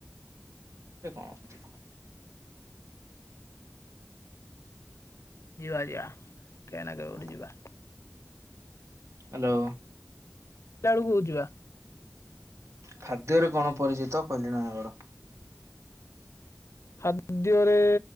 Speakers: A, on the right (about 80°); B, on the left (about 70°).
A: <unintelligible>
B: ଯିବା ଯିବା କେହି ନା
A: ହ୍ୟାଲୋ
B: କେ ଗୋଠେ ଯିବା।
A: ହ୍ୟାଲୋ।
B: ବେଳକୁ <unintelligible>
A: ଖାଦ୍ୟରେ କଣ ପରିଚିତ କଲିଣୟାଗଡ?
B: ଖାଦ୍ୟରେ